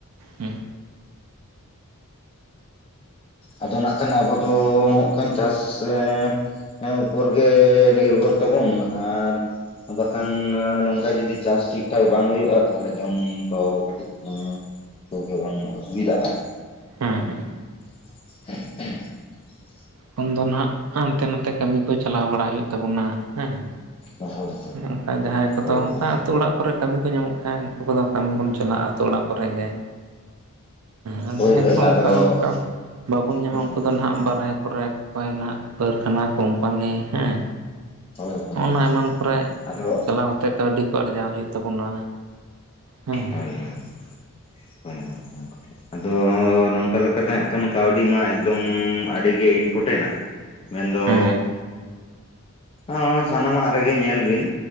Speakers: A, on the right (about 75°); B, on the left (about 25°).
A: ᱦᱮᱸ
B: ᱟᱫᱚ ᱱᱟᱜ ᱠᱷᱟᱱ ᱟᱵᱚ ᱫᱚ ᱠᱷᱟᱱ ᱪᱟᱥ ᱮᱸ ᱮᱸ ᱩᱯᱚᱨ ᱜᱮ ᱱᱤᱨᱵᱷᱚᱨ ᱛᱟᱵᱚᱱ ᱟᱨ ᱵᱟᱠᱷᱟᱱ ᱱᱚᱝᱠᱟ ᱡᱚᱫᱤ ᱪᱟᱥ ᱴᱷᱤᱠ ᱴᱷᱟᱠ ᱵᱟᱝ ᱦᱩᱭᱩᱜ-ᱟ ᱛᱟᱞᱦᱮ ᱡᱚᱢ ᱫᱚ ᱠᱟᱹᱴᱤᱡᱼᱼ ᱩᱸ ᱠᱚᱜᱮᱵᱚᱱ ᱚᱥᱩᱵᱤᱫᱟᱜ-ᱟ ᱟᱸ
A: ᱦᱮᱸ ᱦᱮᱸ
B: <inaudible>
A: ᱛᱚᱠᱷᱚᱱ ᱫᱚ ᱱᱟᱜ ᱦᱟᱱᱛᱮ ᱱᱟᱛᱮ ᱠᱟᱹᱢᱤ ᱠᱚ ᱪᱟᱞᱟᱣ ᱵᱟᱲᱟ ᱦᱩᱭᱩᱜ ᱛᱟᱵᱚᱱᱟ ᱦᱮᱸ᱾
B: ᱦᱳᱭ ᱦᱳᱭ
A: ᱚᱱᱠᱟ ᱡᱟᱦᱟᱸᱭ ᱠᱚᱫᱚ
B: ᱦᱳᱭ
A: ᱚᱝᱠᱟ
B: ᱦᱳᱭ
A: ᱛᱳ ᱚᱲᱟᱜ ᱠᱚᱨᱮ ᱠᱟᱹᱢᱤ ᱠᱚ ᱧᱟᱢᱚᱜ ᱠᱷᱟᱡ ᱩᱝᱠᱩ ᱠᱚᱫᱚ ᱠᱟᱹᱢᱤ ᱵᱚᱱ ᱪᱟᱞᱟᱜ-ᱟ ᱟᱹᱛᱩ ᱚᱲᱟᱜ ᱠᱚᱨᱮᱜ ᱜᱮ ᱦᱩᱸ
B: ᱦᱳᱭ
A: ᱡᱟᱦᱟᱸᱭ
B: ᱦᱳᱭ
A: ᱠᱚ
B: ᱟᱫᱚ
A: ᱚᱝᱠᱟ ᱵᱟᱵᱚᱱ ᱧᱟᱢᱟ
B: ᱦᱳᱭ
A: ᱩᱱᱠᱩ ᱫᱚ ᱱᱦᱟᱜ ᱵᱟᱨᱦᱮ ᱠᱚᱨᱮ ᱯᱟᱭ ᱱᱟᱜ ᱠᱟ. ᱨᱠᱷᱟᱱᱟ ᱠᱳᱢᱯᱟᱱᱤ ᱦᱮᱸ
B: ᱦᱳᱭ ᱦᱳᱭ
A: ᱚᱱᱟ ᱮᱢᱟᱱ ᱠᱚᱨᱮ
B: ᱟᱫᱚ
A: ᱪᱟᱞᱟᱣ ᱦᱟᱛᱮ ᱠᱟᱹᱣᱰᱤ ᱠᱚ ᱟᱨᱡᱟᱣ ᱦᱩᱭᱩᱜ ᱛᱟᱵᱚᱱᱟ ᱦᱮᱸ
B: <inaudible> ᱟᱫᱚ ᱱᱚᱝᱠᱟ ᱞᱮᱠᱟ ᱛᱮᱸᱦᱟᱸᱜ ᱠᱟᱱᱟᱱ ᱠᱟᱹᱣᱰᱤ ᱢᱟ ᱮᱠᱫᱚᱢ ᱟᱹᱰᱤ ᱜᱮ ᱤᱱᱯᱚᱴᱮᱱᱟ᱾ ᱢᱮᱱᱫᱚ
A: ᱦᱮᱸ
B: ᱦᱚᱸ ᱥᱟᱱᱟᱢᱟᱜ ᱨᱮᱜᱮ ᱧᱮᱞ ᱵᱤᱱ